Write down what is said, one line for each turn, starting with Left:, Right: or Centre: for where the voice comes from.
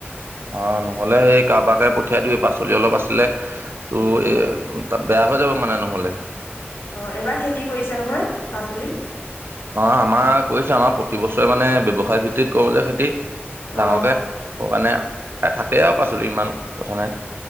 Right: অ', নহলে সেই কাৰোবাকে পঠিয়াই দিবি পাচলি অলপ আছিলে তোৰ
Left: অ
Right: এ তাত বেয়া হৈ যাব মানে নহলে।
Left: অ', এইবাৰ খেতি কৰিছে নহয় পাচলি
Right: অ', আমাৰ কৰিছে আমাৰ প্ৰতি বছৰে মানে ব্যৱসায় ভিত্তিত কৰিব যে খেতি ডাঙৰকে
Left: অ
Right: মানে এই থাকেই আৰু পাচলি ইমান কথা নাই।
Left: অ',